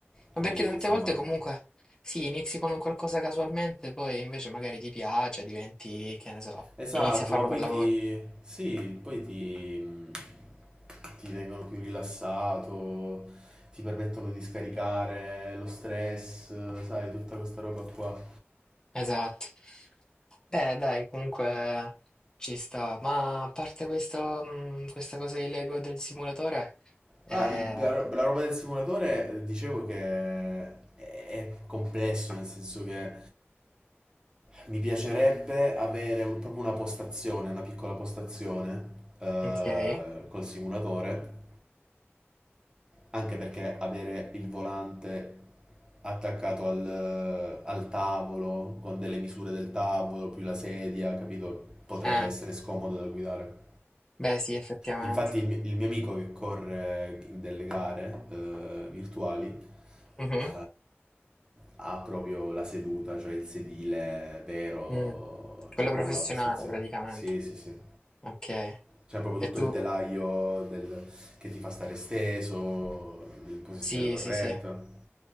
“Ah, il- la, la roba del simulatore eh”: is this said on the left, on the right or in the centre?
Right